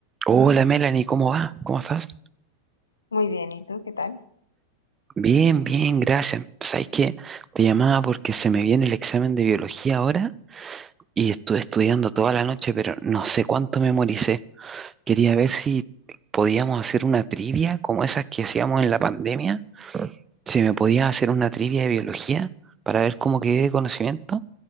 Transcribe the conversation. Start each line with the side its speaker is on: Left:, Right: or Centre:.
Right: Hola Melanie, ¿cómo va? ¿Cómo estás?
Left: Muy bien, ¿y tú qué tal?
Right: Bien, bien, gracias. ¿Sabes qué? Te llamaba porque se me viene el examen de biología ahora y estuve estudiando toda la noche, pero no sé cuánto memoricé. Quería ver si podíamos hacer una trivia como esas que hacíamos en la pandemia. Si me podías hacer una trivia de biología para ver cómo quedé de conocimiento.